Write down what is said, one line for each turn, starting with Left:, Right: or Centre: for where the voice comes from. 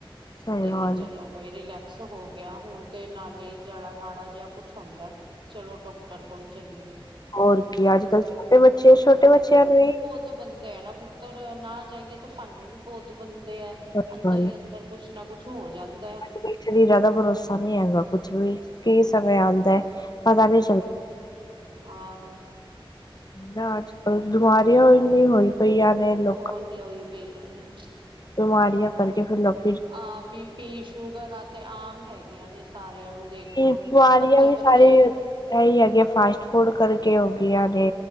Left: ਸਹੀ
Right: ਤੇ
Left: ਗੱਲ
Right: ਚਲੋ ਬਈ ਰਿਲੈਕਸ ਹੋ ਗਿਆ। ਹੁਣ ਤੇ ਨਾਲੇ ਜੜਾ ਮਾੜਾ ਜਿਆ ਕੁਛ ਹੁੰਦਾ ਏ ਚਲੋ ਡੋਕਟਰ ਕੋਲ ਚੱਲੀਏ।
Left: ਹੋਰ ਕੀ ਅੱਜ-ਕੱਲ੍ਹ ਛੋਟੇ ਬੱਚੇ, ਛੋਟੇ ਬੱਚਿਆਂ ਨੂੰ ਵੀ
Right: ਬੋਤ ਬੰਦੇ ਐ ਨਾ ਪੁੱਤਰ ਨਾ ਜਾਈਏ ਤਾਂ ਭਾਨੇ ਵੀ ਬੋਤ ਬੰਦੇ ਐ
Left: ਸਹੀ
Right: ਅੰਦਰ
Left: ਗੱਲ
Right: ਈ ਅੰਦਰ। ਕੁਛ ਨਾ ਕੁਛ ਹੋ ਜਾਂਦਾ ਐ।
Left: ਇਸ ਲਈ ਜਾਦਾ ਭਰੋਸਾ ਨੀ ਹੈਗਾ ਕੁਛ ਵੀ, ਕੀ ਸਮੇਂ ਆਂਦਾ ਐ ਪਤਾ ਨੀ
Right: ਹੂੰ, ਆਹੋ।
Left: ਨਾ ਅੱਜ-ਕੱਲ ਦੁਮਾਰੀਆਂ ਇੰਨੀ ਹੋਈ ਪਈਆਂ ਨੇ ਲੋ
Right: ਹੋਰ ਨੀ ਹੋਈ ਪਈ ਨੇ
Left: ਬਮਾੜੀਆਂ ਕਰਕੇ ਫੇਰ ਲੋਕ
Right: ਆ ਬੀਪੀ ਸ਼ੂਗਰ ਆ ਤੇ ਆਮ ਹੈਗੀਆਂ ਨੇ ਸਾਰਿਆਂ ਨੂੰ ਦੇਖਲੋ।
Left: ਬਿਮਾਰੀਆਂ
Right: ਬੱਚੇ
Left: ਵੀ
Right: ਬੱਚੇ
Left: ਸਾਰੇ
Right: ਨੂੰ
Left: ਐਈ ਹੈਗੀ ਆ ਫਾਸਟ ਫੂਡ ਕਰਕੇ ਹੋ ਗਈਆਂ ਨੇ